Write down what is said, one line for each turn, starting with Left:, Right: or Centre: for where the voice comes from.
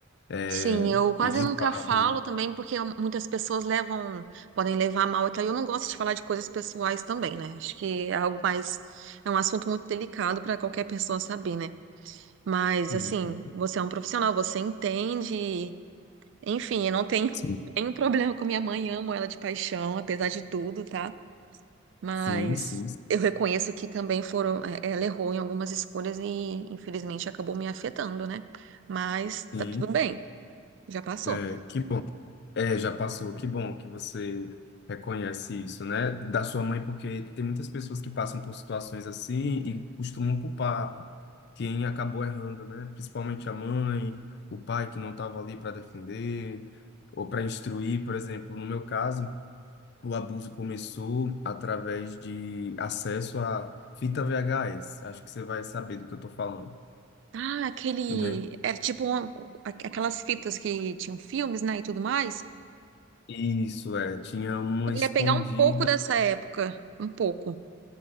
Left: É,
Right: Sim, eu quase
Left: e de
Right: nunca
Left: fato,
Right: falo também, porque muitas pessoas levam, podem levar a mal, e então eu não gosto de falar de coisas pessoais também, né? Acho que é algo mais, é um assunto muito delicado para qualquer pessoa saber, né? Mas
Left: Uhum.
Right: assim, você é um profissional, você entende, enfim, eu não tenho
Left: sim,
Right: <laughs> nenhum problema com minha mãe, amo ela de paixão, apesar de tudo, tá? Mas
Left: sim, sim,
Right: eu reconheço que também foram, é, ela errou em algumas escolhas e infelizmente acabou me afetando, né? Mas
Left: sim.
Right: tá tudo bem, já passou.
Left: É, que bom. É, já passou. Que bom que você reconhece isso, né, da sua mãe, porque tem muitas pessoas que passam por situações assim e costumam culpar quem acabou errando, né? Principalmente a mãe, o pai que não estava ali para defender ou para instruir, por exemplo, no meu caso, o abuso começou através de acesso à fita VHS. Acho que você vai saber do que eu tô falando,
Right: Ah, aquele.
Left: né?
Right: Era tipo uma- aqu- aquelas fitas que tinham filmes, né? E tudo mais.
Left: Isso é, tinha uma
Right: Eu
Left: escondida,
Right: ia pegar um pouco dessa época. Um pouco.